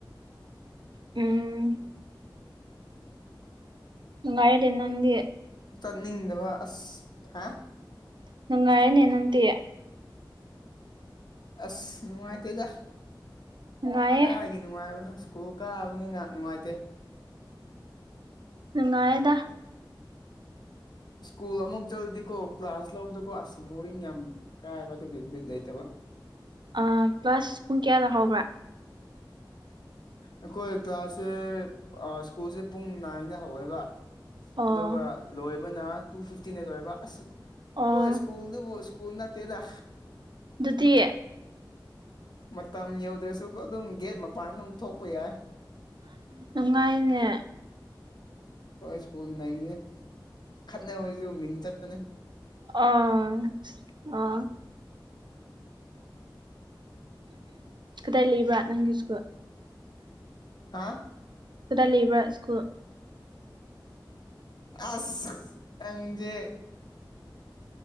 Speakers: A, on the right; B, on the left.
A: ꯎꯝ ꯅꯨꯉꯥꯏꯗ ꯅꯪꯗꯤ
B: ꯀꯥꯅꯤꯡꯗꯕ ꯑꯁ ꯍꯥ
A: ꯅꯨꯡꯉꯥꯏꯔꯦꯅꯦ ꯅꯪꯗꯤ
B: ꯑꯁ ꯅꯨꯉꯥꯏꯇꯦꯗꯥ
A: ꯅꯨꯡꯉꯥꯏꯌꯦ
B: ꯀꯥꯏ ꯒꯤ ꯅꯨꯡꯉꯥꯏꯕꯅꯣ ꯁ꯭ꯀꯨꯜ ꯀꯥꯕꯅꯤꯅ ꯅꯨꯡꯉꯥꯏꯇꯦ
A: ꯅꯨꯡꯉꯥꯏꯑꯦꯗ
B: ꯁ꯭ꯀꯨꯜ ꯑꯃꯨꯛ ꯆꯠꯂꯗꯤꯀꯣ ꯀ꯭ꯂꯥꯁ ꯂꯧꯕꯗꯀꯣ ꯑꯁ ꯕꯣꯔꯤꯡ ꯌꯥꯝ ꯀꯥꯏꯕ ꯑꯗꯨꯒꯤ ꯕꯤꯠ ꯂꯩꯇꯕ
A: ꯑꯥ ꯀ꯭ꯂꯥꯁ ꯄꯨꯡ ꯀꯌꯥꯗ ꯍꯧꯕ꯭ꯔꯥ
B: ꯑꯩꯈꯣꯏ ꯀ꯭ꯂꯥꯁꯁꯦ ꯁ꯭ꯀꯨꯜꯁꯦ ꯄꯨꯡ ꯅꯥꯏꯟꯗ ꯍꯧꯋꯦꯕ
A: ꯑꯣ
B: ꯑꯗꯨꯒ ꯂꯣꯏꯕꯅ ꯇꯨ ꯐꯤꯐꯇꯤꯅ ꯂꯣꯏꯕ ꯑꯁ ꯑꯩꯈꯣꯏ
A: ꯑꯣ
B: ꯁ꯭ꯀꯨꯜꯗꯨꯕꯨ ꯁ꯭ꯀꯨꯜꯅꯠꯇꯦꯗ
A: ꯑꯗꯨꯗꯤ
B: ꯃꯇꯝ ꯌꯧꯗ꯭ꯔꯁꯨ ꯑꯗꯨꯝ ꯒꯦꯠ ꯃꯄꯥꯟ ꯑꯗꯨꯝ ꯊꯣꯛꯄ ꯌꯥꯏ
A: ꯅꯨꯡꯉꯥꯏꯅꯦ
B: ꯍꯣꯏ ꯁ꯭ꯀꯨꯜ ꯅꯩꯕꯅꯤ ꯈꯠꯅꯕꯁꯨ ꯃꯤꯡ ꯆꯠꯄꯅꯦ
A: ꯑꯥ ꯑ ꯀꯗꯥꯏ ꯂꯩꯕ꯭ꯔꯥ ꯅꯪꯒꯤ ꯁ꯭ꯀꯨꯜ
B: ꯍꯥ
A: ꯀꯗꯥꯏ ꯂꯩꯕ꯭ꯔꯥ ꯁ꯭ꯀꯨꯜ
B: ꯑꯁꯪꯖꯦ